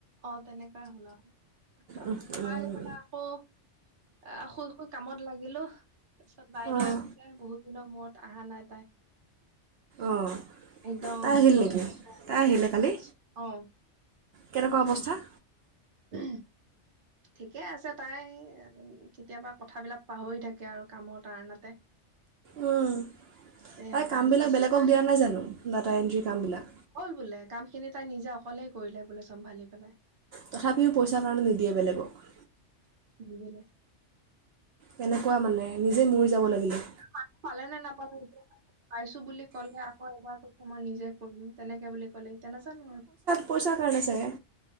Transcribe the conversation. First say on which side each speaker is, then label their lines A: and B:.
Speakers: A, on the right (about 50°); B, on the right (about 65°).
A: অ তেনেকুৱাই হ'ল আৰু তাৰপিছত
B: উম,
A: ঘৰ
B: উম।
A: আহি পাই আকৌ অ শুই শুই কামত লাগিলো তাৰ পিছত বাইদেউ
B: অঁ
A: আহিলে বহুত দিনৰ মূৰত অা নাই তাই
B: অঁ
A: একদম
B: তাই আহিল
A: ভ
B: নেকি
A: লাগিছে
B: তাই আহিলে কালি
A: অ
B: কেনেকুৱা অৱস্থা
A: উ ঠিকে আছে তাই কেতিয়াবা কথাবিলাক পাহৰি থাকে আৰু কামৰ তাৰণাতে
B: উম।
A: এয়া
B: তাই
A: কালি
B: কামবিলাক বেলেগক দিয়া নাই জানো ডাটা এণ্ট্ৰি কামবিলাক
A: হ'ল বোলে কাম খিনি তাই নিজে অকলেই কৰিলে বোলে চম্ভালি পেলাই
B: তথাপিও পইচাৰ কাৰণে নিদিয়ে বেলেগক
A: বুজা
B: কেনেকুৱা মানে নিজে মৰি যাব লাগে
A: ান পালে নে নাপালে এতিয়া পাইছো বুলি ক'লে আকৌ এবাৰ কৈছে মই নিজে কৰিম তেনেকে বুলি ক'লেতিয়া নাজানো আৰু
B: পইছা কাৰণে ছাগে।